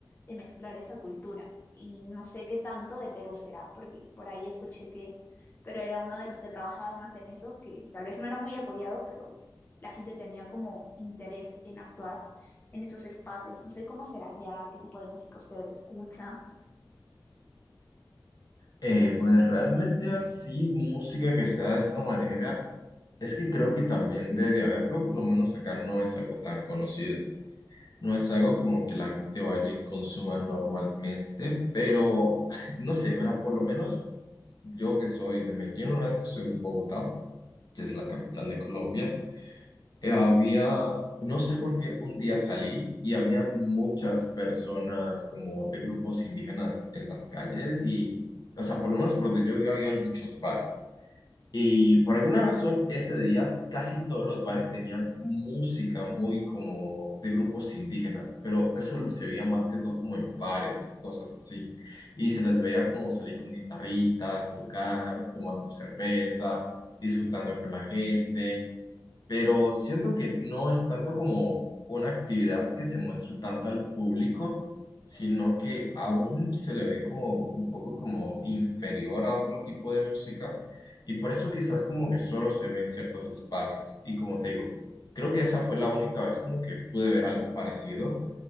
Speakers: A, on the left; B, on the left.
A: de mezclar esa cultura. Y no sé qué tanto de Perú será, porque por ahí escuché que Perú era uno de los que trabajaba más en eso, que tal vez no era muy apoyado, pero la gente tenía como interés en actuar en esos espacios. No sé cómo será allá, qué tipo de música ustedes escuchan.
B: Eh, pues realmente así, música que sea de esa manera, es que creo que también debe de haber, pero por lo menos acá no es algo tan conocido. No es algo como que la gente vaya y consuma normalmente, pero <laughs> no sé, o sea, por lo menos yo que soy de Medellín, una vez que estoy en Bogotá, que es la capital de Colombia, eh, había, no sé por qué un día salí y habían muchas personas como de grupos indígenas en las calles y, o sea, por lo menos por donde yo vivía habían muchos bares. Y por alguna razón ese día casi todos los bares tenían música muy como de grupos indígenas, pero eso se veía más que todo como en bares y cosas así. Y se les veía como salir con guitarritas, tocar, tomando cerveza, disfrutando con la gente pero siento que no es tanto como una actividad que se muestre tanto al público, sino que aún se le ve como un poco como inferior a otro tipo de música y por eso quizás como que solo se ve en ciertos espacios. Y como te digo, creo que esa fue la única vez como que pude ver algo parecido